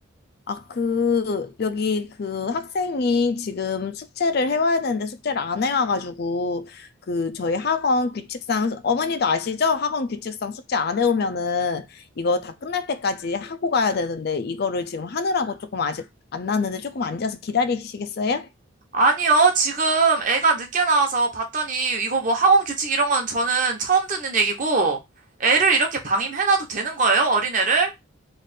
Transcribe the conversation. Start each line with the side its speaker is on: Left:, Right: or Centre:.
Left: 아, 그 여기 그 학생이 지금 숙제를 해와야 되는데 숙제를 안 해와가지고 그 저희 학원 규칙상 어머니도 아시죠? 학원 규칙상 숙제 안 해오면은 이거 다 끝날 때까지 하고 가야 되는데 이거를 지금 하느라고 조금 아직 안 나왔는데 조금 앉아서 기다리시겠어요?
Right: 아니요, 지금 애가 늦게 나와서 봤더니, 이거 뭐 학원 규칙 이런 건 저는 처음 듣는 얘기고, 애를 이렇게 방임해놔도 되는 거예요? 어린애를?